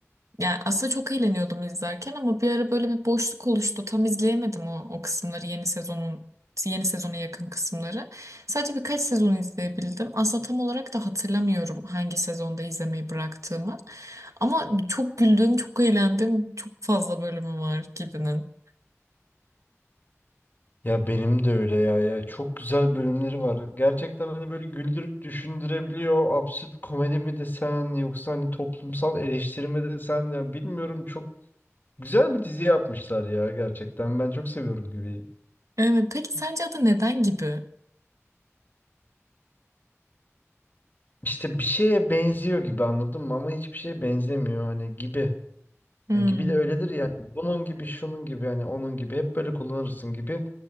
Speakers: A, on the right (about 85°); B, on the left (about 40°).
A: yani aslında çok eğleniyordum izlerken ama bir ara böyle bir boşluk oluştu. Tam izleyemedim o, o kısımları yeni sezonun yeni sezona yakın kısımları. Sadece birkaç sezonu izleyebildim. Aslında tam olarak da hatırlamıyorum hangi sezonda izlemeyi bıraktığımı. Ama çok güldüğüm, çok eğlendiğim çok fazla bölümü var Gibi'nin.
B: Ya benim de öyle ya ya çok güzel bölümleri var. Gerçekten hani böyle güldürüp düşündürebiliyor. Absürt komedi mi desen yoksa hani toplumsal eleştiri mi desen ya bilmiyorum çok güzel bir dizi yapmışlar ya gerçekten. Ben çok seviyorum gibi.
A: Evet, peki sence adı neden Gibi?
B: İşte bir şeye benziyor gibi anladın mı ama hiçbir şeye benzemiyor hani gibi.
A: Hmm.
B: Hani gibi de öyledir yani. Bunun gibi, şunun gibi hani onun gibi hep böyle kullanırsın gibi.